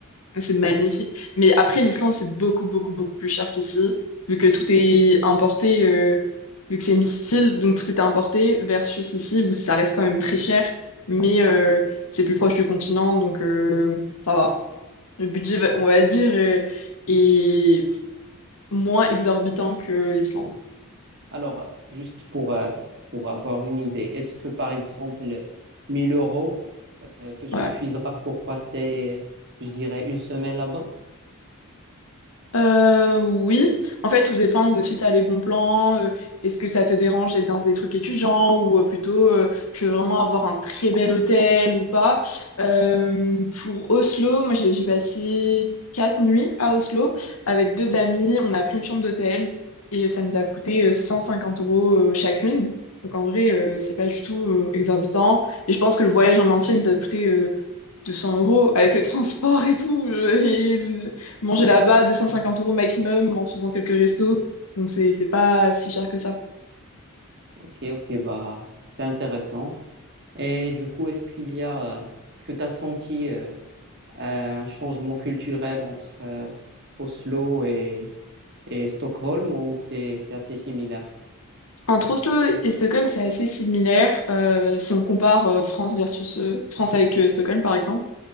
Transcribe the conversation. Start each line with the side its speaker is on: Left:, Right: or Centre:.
Left: Ah, c'est magnifique. Mais après, l'Islande, c'est beaucoup, beaucoup, beaucoup plus cher qu'ici, vu que tout est importé, euh, vu que c'est une petite île, donc tout est importé, versus ici, où ça reste quand même très cher, mais euh, c'est plus proche du continent, donc euh, ça va. Le budget, va- on va dire, euh, est moins exorbitant que l'Islande.
Right: Alors, juste pour, euh, pour avoir une idée, est-ce que par exemple, 1000 euros euh, te suffisera
Left: Ouais.
Right: pour passer, je dirais, une semaine là-bas?
Left: Euh, oui, en fait, tout dépend de si tu as les bons plans, euh, est-ce que ça te dérange d'être dans des trucs étudiants ou euh, plutôt euh, tu veux vraiment avoir un très bel hôtel ou pas. Euh, pour Oslo, moi j'ai j'ai passé quatre nuits à Oslo avec deux amis, on a pris une chambre d'hôtel et ça nous a coûté euh, 150 euros euh, chacune. Donc en vrai, euh, c'est pas du tout euh, exorbitant et je pense que le voyage en entier nous a coûté euh, 200 euros avec le transport et tout. <laughs> euh, et manger là-bas 250 euros maximum en se faisant quelques restos. Donc c'est c'est pas si cher que ça.
Right: Ok, ok, bah, c'est intéressant. Et du coup, est-ce qu'il y a, euh, est-ce que tu as senti euh, euh, un changement culturel entre euh, Oslo et, et Stockholm ou c'est, c'est assez similaire?
Left: Entre Oslo et Stockholm, c'est assez similaire euh, si on compare euh, France versus euh, France avec euh, Stockholm par exemple.